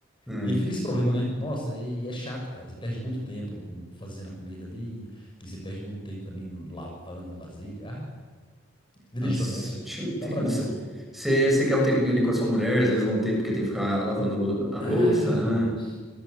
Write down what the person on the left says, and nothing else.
E
fica esse problema, né? Nossa, e é chato, cara. Você perde muito tempo com- fazendo a comida ali, e você perde muito tempo também lavando a vasilha. Ah, vida
de doméstica,
dá pra mim
não.
É,
moço.